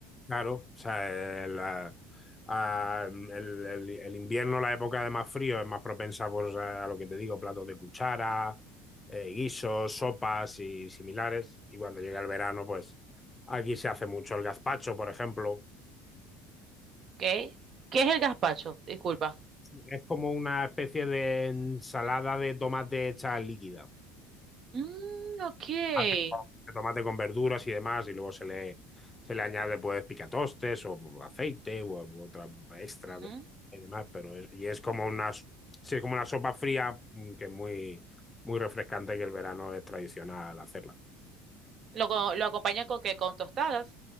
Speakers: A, on the left; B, on the right.
A: Claro, o sea, eh, la- a- el, el- el invierno, la época de más frío, es más propensa pues, a lo que te digo, platos de cuchara, eh, guisos, sopas y similares. Y cuando llega el verano, pues aquí se hace mucho el gazpacho, por ejemplo.
B: ¿Ok? ¿Qué es el gazpacho? Disculpa.
A: Es como una especie de ensalada de tomate hecha líquida.
B: Mm, ok.
A: tomate con tomate con verduras y demás, y luego se le, se le añade pues picatostes o aceite u, u otra extra
B: Ujú.
A: de- y demás, pero es, y es como una, s- sí, es como una sopa fría mm, que es muy, muy refrescante, que el verano es tradicional hacerla.
B: ¿Lo, co- lo acompañan con qué? ¿Con tostadas?